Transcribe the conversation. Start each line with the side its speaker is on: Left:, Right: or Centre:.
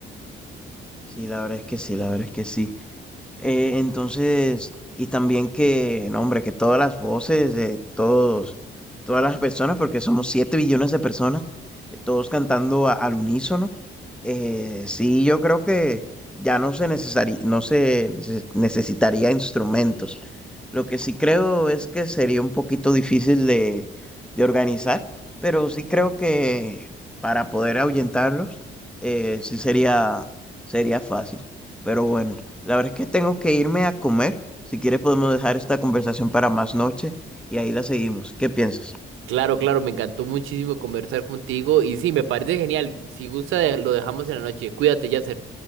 Centre: Sí, la verdad es que sí, la verdad es que sí. Eh, entonces, y también que, no, hombre, que todas las voces de todos, todas las personas, porque somos 7 billones de personas, eh, todos cantando a- al unísono. Eh, sí, yo creo que ya no se necesari- no se nece- necesitaría instrumentos. Lo que sí creo es que sería un poquito difícil de, de organizar, pero sí creo que para poder ahuyentarlos, eh, sí sería, sería fácil. Pero bueno. La verdad es que tengo que irme a comer. Si quieres podemos dejar esta conversación para más noche y ahí la seguimos. ¿Qué piensas?
Right: Claro, claro, me encantó muchísimo conversar contigo y sí, me parece genial. Si gusta, de- lo dejamos en la noche. Cuídate, Yasser.